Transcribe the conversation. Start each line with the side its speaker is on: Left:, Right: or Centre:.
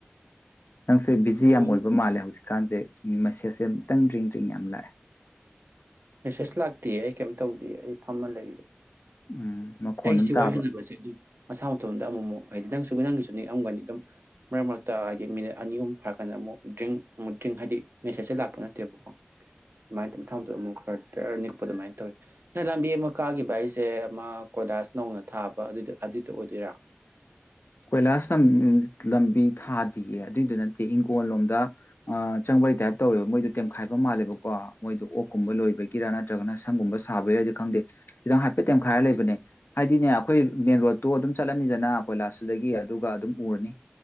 Left: ꯅꯪꯁꯦ ꯕꯤꯖꯤ
Right: ꯑꯗꯣ
Left: ꯌꯥꯝ ꯑꯣꯏꯕ ꯃꯥꯜꯂꯦ ꯍꯧꯖꯤꯛꯀꯥꯟꯖꯦ ꯃꯦꯁꯦꯁꯁꯦ ꯑꯃꯨꯛꯇꯪ ꯗ꯭ꯔꯤꯡ-ꯗ꯭ꯔꯤꯡ ꯌꯥꯝ ꯂꯥꯛꯑꯦ
Right: ꯃꯦꯁꯦꯖ ꯂꯥꯛꯇꯦ ꯑꯩ ꯀꯩꯝ ꯇꯧꯗꯦ ꯑꯩ ꯐꯝꯃ ꯂꯩ
Left: ꯎꯝ ꯃꯈꯣꯟ
Right: ꯑꯩꯁꯤ
Left: ꯑꯃ ꯇꯥꯕ
Right: ꯋꯥꯔꯤ ꯁꯥꯟꯅꯕꯁꯦ ꯑꯗꯨꯝ ꯃꯁꯥ ꯃꯇꯣꯝꯗ ꯑꯃꯨꯛ-ꯃꯨꯛ ꯍꯥꯏꯗꯤ ꯈꯤꯗꯪ ꯁꯒꯗꯪꯒꯤꯁꯨ ꯅꯤꯛꯑꯝꯒꯅꯤ ꯑꯗꯨꯝ ꯃꯔꯛ ꯃꯔꯛꯇ ꯍꯥꯏꯗꯤ ꯃꯤꯅꯤꯠ ꯑꯅꯤ ꯑꯍꯨꯝ ꯐꯥꯔꯛꯀꯥꯟꯗ ꯑꯃꯨꯛ ꯗ꯭ꯔꯤꯡ ꯑꯃꯨꯛ ꯗ꯭ꯔꯤꯡ ꯍꯥꯏꯗꯤ ꯃꯦꯁꯦꯁꯁꯦ ꯂꯥꯛꯄ ꯅꯠꯇꯦꯕꯀꯣ ꯑꯗꯨꯃꯥꯏꯅ ꯇꯧ ꯃꯊꯪꯗ ꯑꯃꯨꯛ ꯈꯔꯗꯔ ꯅꯤꯛꯄ ꯑꯗꯨꯃꯥꯏꯅ ꯇꯧꯋꯤ ꯅ ꯂꯝꯕꯤ ꯑꯃ ꯀꯥꯈꯤꯕ ꯍꯥꯏꯁꯦ ꯑꯃ ꯀꯣꯏꯂꯥꯁ ꯅꯧꯅ ꯊꯥꯕ ꯑꯗꯨꯗꯨ ꯑꯗꯨꯗꯨ ꯑꯣꯏꯗꯣꯏꯔ
Left: ꯀꯣꯏꯂꯥꯁ ꯂꯝ-ꯂꯝꯕꯤ ꯊꯥꯗꯦꯌꯦ ꯑꯗꯨꯏꯗꯨ ꯅꯠꯇꯦ ꯏꯪꯈꯣꯜ ꯂꯣꯝꯗ ꯑꯥ ꯆꯪꯕꯩ ꯇꯥꯏꯞ ꯇꯧꯋꯦꯕ ꯃꯣꯏꯗꯣ ꯇꯦꯝꯈꯥꯏꯕ ꯃꯥꯜꯂꯦꯕꯀꯣ ꯃꯣꯏꯗ ꯑꯣꯛꯀꯨꯝꯕ ꯂꯣꯏꯕꯒꯤꯔ ꯅꯠꯇ꯭ꯔꯒꯅ ꯁꯪꯒꯨꯝꯕ ꯁꯥꯕꯒꯤꯔꯗꯤ ꯈꯪꯗꯦ ꯈꯤꯗꯪ ꯍꯥꯏꯐꯦꯠ ꯇꯦꯝꯈꯥꯏꯔ ꯂꯩꯕꯅꯦ ꯍꯥꯏꯗꯤꯅꯦ ꯑꯩꯈꯣꯏ ꯃꯦꯟ ꯔꯣꯗꯠꯇꯣ ꯑꯗꯨꯝ ꯆꯠꯂꯅꯤꯗꯅ ꯀꯣꯏꯂꯥꯁ ꯑꯗꯨꯗꯒꯤ ꯑꯗꯨꯒ ꯑꯗꯨꯝ ꯎꯔꯅꯤ